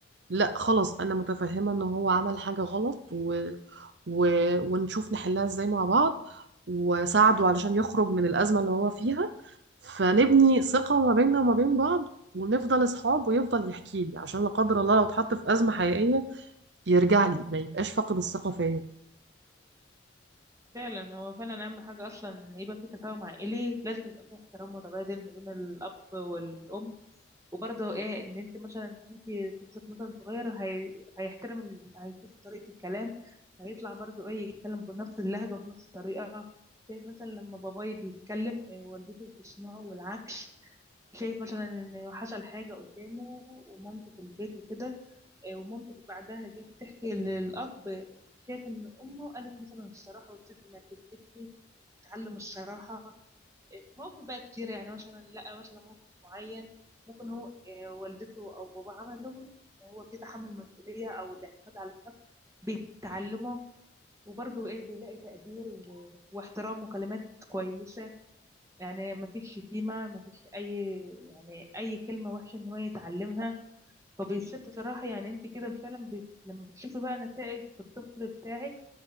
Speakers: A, on the right (about 65°); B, on the right (about 15°).
A: لا خلاص انا متفهمه ان هو عمل حاجه غلط و... و... ونشوف نحلها ازاي مع بعض وساعده علشان يخرج من الازمه اللي هو فيها فنبني ثقه ما بيننا وما بين بعض ونفضل اصحاب ويفضل يحكي لي عشان لا قدر الله لو اتحط في ازمه حقيقيه يرجع لي ما يبقاش فاقد الثقه فيا
B: فعلا هو فعلا اهم حاجه اصلا إن يبقى في تفاهم عائلي لازم يبقى في احترام متبادل ما بين الاب والام وبرضه ايه ان انت مثلا انت طفلك مثلا صغير هي... هيحترم ال... هيشوف طريقة الكلام هيطلع برضه ايه يتكلم بنفس اللهجة بنفس الطريقة شايف مثلا لما باباي بيتكلم إيه، والدته بتسمعه والعكس شايف مثلا ان حصل حاجة قدامه ومامته في البيت وكده إيه، ومامته بعدها جت تحكي للأب شايف ان امه قالت مثلا الصراحة وتسيب ما تكذبش تتعلم الصراحة مواقف بقى كتير يعني مثلا لا مثلا موقف معين ممكن هو آه، والدته او باباه عمله وهو في تحمل مسؤوليه او الاعتماد على النفس بيتعلمه وبرضه ايه بيلاقي تقدير و- واحترام وكلمات كويسه يعني ما فيش شتيمه ما فيش اي يعني اي كلمه وحشه ان هو يتعلمها فبيصير بصراحه يعني انت كده فعلا بت... لما بتشوفي بقى نتائج في الطفل بتاعك